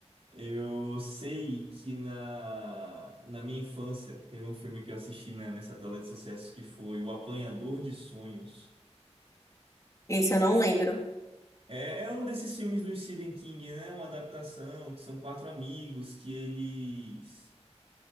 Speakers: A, on the right; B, on the left.
A: Eu sei que na, na minha infância teve um filme que eu assisti na- nessa tela de sucessos que foi O Apanhador de Sonhos.
B: Esse eu não lembro.
A: É, é um desses filmes do Stephen King, né? Uma adaptação que são quatro amigos que eles.